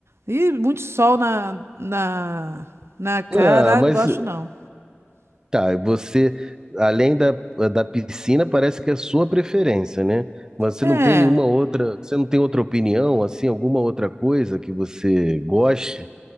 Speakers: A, on the right; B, on the right.
A: E muito sol na, na, na cara.
B: Ah,
A: Ai,
B: mas
A: não gosto não.
B: Tá, você, além da, da piscina, parece que é a sua preferência, né? Mas você
A: É.
B: não tem nenhuma outra, você não tem outra opinião, assim, alguma outra coisa que você goste?